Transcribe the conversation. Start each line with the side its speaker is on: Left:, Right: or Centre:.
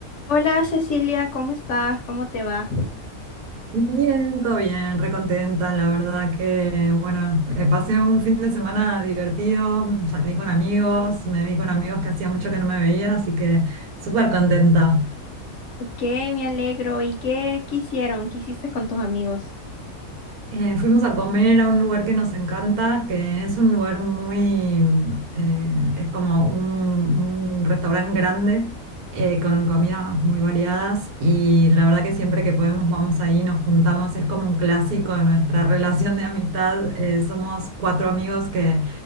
Left: Hola Cecilia, ¿cómo estás? ¿Cómo te va?
Right: Bien, todo bien, recontenta, la verdad que, bueno, eh, pasé un fin de semana divertido, mm, salí con amigos, me vi con amigos que hacía mucho que no me veía, así que súper contenta.
Left: Ok, me alegro. ¿Y qué quisieron? ¿Qué hiciste con tus amigos?
Right: Eh, fuimos a comer a un lugar que nos encanta, que es un lugar muy, eh, es como un, un restaurante grande, eh, con comidas muy variadas y la verdad que siempre que podemos vamos ahí, nos juntamos, es como un clásico de nuestra <laughs> relación de amistad. eh, somos cuatro amigos que